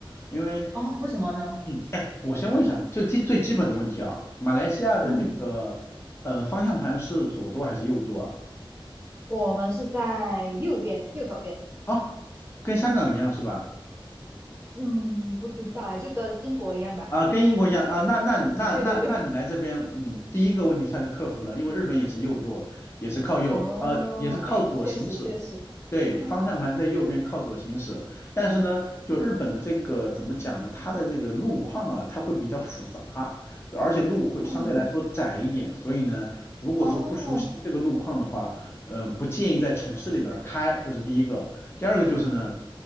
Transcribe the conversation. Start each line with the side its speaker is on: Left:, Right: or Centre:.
Left: 因为，
Right: 哦，为什么呢？
Left: 嗯，哎，我先问一下，最最最基本的问题啊，马来西亚的这个呃方向盘是左舵还是右舵啊？
Right: 嗯，我们是在右边，右手边。
Left: 哦，跟香港一样是吧？
Right: 嗯，不知道诶，就跟英国一样吧。
Left: 啊，跟英国一样啊，那那那那那你来这边，
Right: 对对对。
Left: 嗯，第一个问题算是克服了，因为日本也是右舵，也是靠右，
Right: 哦，
Left: 呃，也是靠左行驶，
Right: 哎，确实确实。
Left: 对，
Right: 哦
Left: 方向盘在右边靠左行驶，但是呢，就日本的这个怎么讲呢？它的这个路况啊，它会比较复杂，就而且路会相对来说窄一点，
Right: 哦
Left: 所以呢，如果说不熟悉这个路况的话，
Right: 哦，
Left: 呃，不建议在城市里边儿开，这是第一个。第二个就是呢，